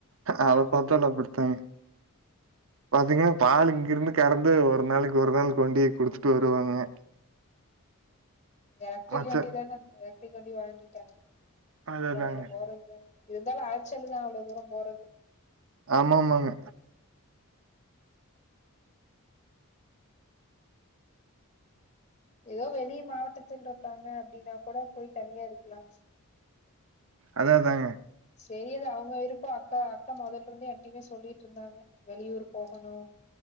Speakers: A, on the right; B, on the left.
A: அத பாத்தாலு அப்புடித்தாங்க பாத்தீங்கன்னா பால் இங்கிருந்து கறந்து ஒரு நாளைக்கு ஒரு நாள் கொண்டு போய் குடுத்துட்டு வருவாங்கங்க
B: எலக்டரிக்
A: மச்சான்
B: வண்டி தானே எலக்டரிக் வண்டி வாங்கிட்டாங்க
A: அத
B: அப்றோ
A: தாங்க.
B: அதுல போறது தானே இருந்தாலு அளச்சலு தா அவ்ளோ தூரோ போறது
A: ஆமா ஆமாங்க
B: ஏதோ வெளிய மாவட்டத்தில் இருக்காங்க அப்படின்னா கூட போய் தனியா இருக்லா
A: அதா அதாங்க
B: சேரி அது அவுங்க விருப்போ அக்கா அக்கா மொதல்ல இருந்தே என்டையுமே சொல்லிட்டு இருந்தாங்க வெளியூர் போகணு